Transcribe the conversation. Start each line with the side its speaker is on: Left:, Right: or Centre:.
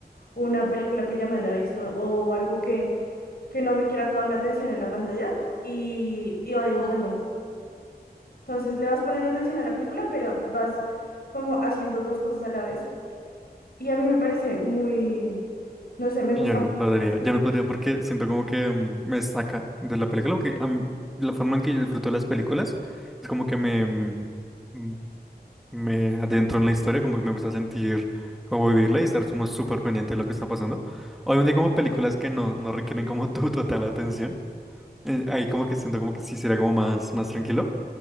Left: una película que ya me haya visto o algo que, que no requiera toda mi atención en la pantalla y iba dibujando. Entonces le vas poniendo atención a la película, pero vas como haciendo dos cosas a la vez. Y a mí me parece muy, no sé, me gusta
Centre: Y Yo no
Left: mucho
Centre: podría,
Left: hacer eso.
Centre: ya no podría porque siento como que mm, me saca de la película, lo que a mí- la forma en que yo disfruto las películas es como que me, mm, mm, me adentro en la historia, como que me gusta sentir como vivirla y estar como súper pendiente de lo que está pasando. Obviamente hay como películas que no, no requieren como <laughs> tu total atención, eh, ahí como que siento como que sí sería como más, más tranquilo,